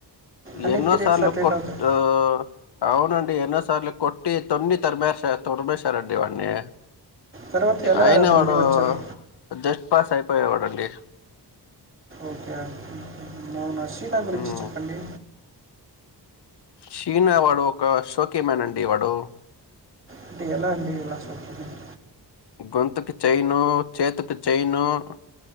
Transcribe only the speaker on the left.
ఎన్నో
సార్లు
కొట్
మ్ అవునండి ఎన్నో సార్లు కొట్టి తొన్ని తరిమేస్ తొరమేశారండి వాన్ని
అయినా
వాడు
జస్ట్ పాస్ అయిపోయేవాడండి
ఉమ్.
చీనా వాడు ఒక షోకీమన్ అండి వాడు
గొంతుకు చైను చేతికి చైను అం